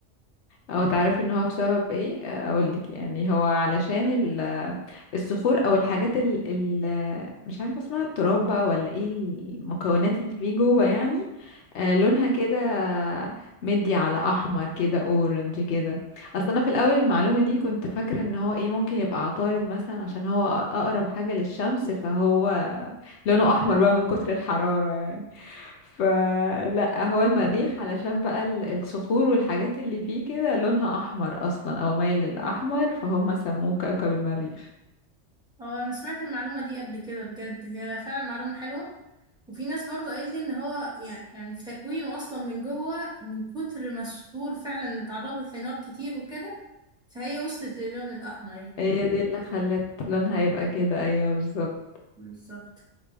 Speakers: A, on the left; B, in the centre.
A: او تعرفي ان هو بسبب ايه اقول لك يعني هو علشان ال- الصخور او الحاجات ال ال- مش عارفه اسمها التراب بقى ولا ايه المكونات اللي فيه جوه يعني آه، لونها كده مدي على احمر كده اورنج كده اصل انا في الاول المعلومه دي كنت فاكره ان هو ايه ممكن يبقى عطارد مثلا عشان هو اقرب حاجه للشمس فهو لونه احمر بقى من كتر الحراره يعني فلا هو المريخ علشان بقى ال- الصخور والحاجات اللي فيه كده لونها احمر اصلا او مايل للاحمر فهم سموه كوكب المريخ
B: اه انا سمعت المعلومه دي قبل كده بجد هي فعلا معلومه حلوه وفي ناس برضو قالت لي ان هو يع- يعني في تكوينه اصلا من جوه من كتر ما الصخور فعلا اتعرضت لنار كتير وكده فهي وصلت للون الاحمر يعني
A: هي دي اللي خلت لونها يبقى كده ايوه بالظبط
B: مم. بالظبط